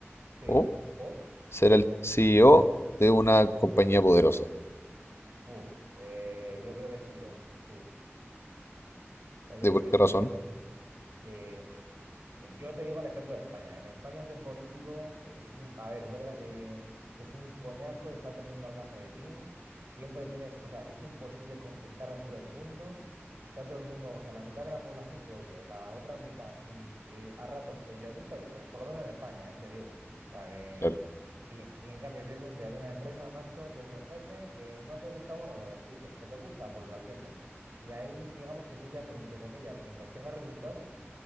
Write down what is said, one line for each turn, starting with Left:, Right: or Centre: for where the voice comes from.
Right: sí.
Left: o
Right: O,
Left: ser el CEO de una compañía poderosa?
Right: puf, eh, yo creo que sí, o sí. O sea, yo
Left: ¿De
Right: creo
Left: por
Right: que
Left: qué
Right: el
Left: razón?
Right: CEO, Eh, pf, yo te digo el ejemplo de España. En España ser político es un, a ver, es verdad que, que es un coñazo, está todo el mundo hablando de ti, siempre tienes, o sea, es imposible contentar a todo el mundo, está todo el mundo, o sea, la mitad de la población te odia y la otra mitad mm, eh, a ratos te le gusta, eh, por lo menos en España, eh, te digo. O sea, que...
Left: Claro,
Right: Y, y en cambio, si eres un ciudadano de una empresa, macho, tú eres el jefe, que no te gusta uno, lo despides, que te gusta, pues lo asciendes. Y ahí, digamos que sí que haces, entre comillas, mientras tengas resultados,